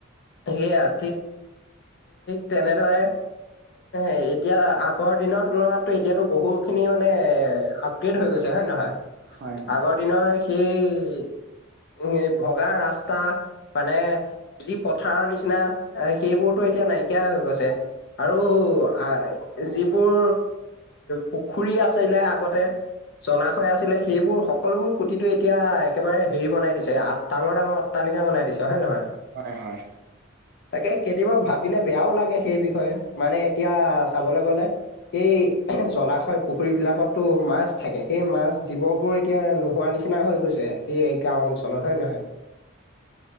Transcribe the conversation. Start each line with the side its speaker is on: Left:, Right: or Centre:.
Left: সেয়া ঠিক, তেনেদৰে এ-এতিয়া আগৰ দিনৰ তুলনাতো এতিয়াতো বহুখিনি মানে আপগ্ৰেড হৈ গৈছে, হয় নে নহয়?
Right: হয়
Left: আগৰ দিনৰ সেই উম এই ভগা ৰাস্তা, মানে যি পথাৰৰ নিচিনা সেইবোৰতো এতিয়া নাইকিয়া হৈ গৈছে, আৰু আ যিবোৰ পুখুৰী আছিলে আগতে, জলাশয় আছিলে, সেইবোৰ সকলোবোৰ পুতিটো এতিয়া একেবাৰে হেৰি বনাই দিছে আ ডাঙৰ ডাঙৰ অট্টালিকা বনাই দিছে হয় নে নহয় <unintelligible>
Right: হয় হয়
Left: তাকে কেতিয়াবা ভাবিলে বেয়াও লাগে সেই বিষয়ে মানে এতিয়া চাবলৈ গলে এই জলাশয় পুখুৰী বিলাকতো মাছ থাকে সেই মাছ জীৱ বোৰ এতিয়া নোহোৱা <unintelligible> নিচিনা হৈ গৈছে সেই গাওঁ অঞ্চলত হয় নহয়